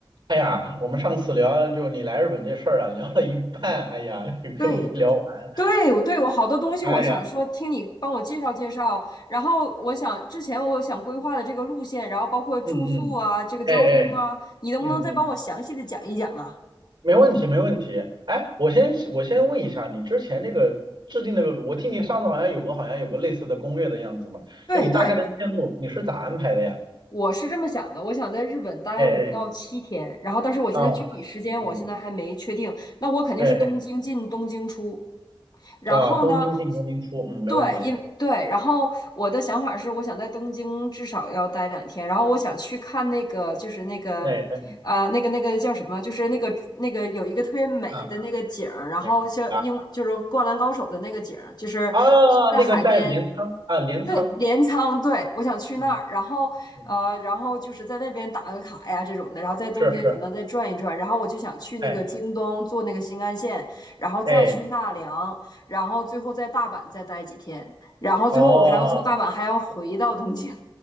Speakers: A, on the right; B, on the left.
A: 哎呀，我们上次聊就你来日本这事儿啊，聊了一半，哎呀，<laughs>
B: 对
A: 根本没聊完。
B: 对，我对我好多东西，
A: 哎呀，
B: 我想说听你帮我介绍介绍。然后我想之前我想规划的这个路线，然后包括住宿啊，
A: 嗯嗯，
B: 这个交通啊，
A: 哎哎，
B: 你能不能再帮我详细的讲一讲啊？
A: 嗯嗯，没问题没问题。哎，我先我先问一下，你之前那个制定那个，我听你上次好像有个好像有个类似的攻略的样子嘛，
B: 对对，
A: 就你大概的线路你是咋安排的呀？
B: 我是这么想的，我想在日本待五到七天，
A: 哎哎，
B: 然后但是我现在具体时间我现在还没确定，
A: 啊，嗯，
B: 那我肯定是东京进东京出，
A: 哎哎，
B: 然后呢，
A: 啊，东京进东京出，嗯，没问题。
B: 对，因对，然后我的想法是，我想在东京至少要待两天，然后我想去看那个，就是那个，
A: 哎哎，
B: 呃，那个那个叫什么，就是那个那个有一个特别美的那个景儿，
A: 啊，
B: 然后像英就是《灌篮高手》的那个景儿，
A: 没啊
B: 就是
A: 啊，
B: 在海边，
A: 那个在镰仓啊，镰仓，
B: 对，镰仓，对，我想去那儿，
A: 嗯
B: 然后呃，
A: 嗯，
B: 然后就是在那边打个卡呀这种的，然后在东京可能再转一转，
A: 是是，
B: 然后我就想去那个京东坐那个新干线，
A: 哎。
B: 然后再去纳凉，
A: 哎
B: 然后最后在大阪再待几天，然后最后我还要从大阪还要回到东京。
A: 哦，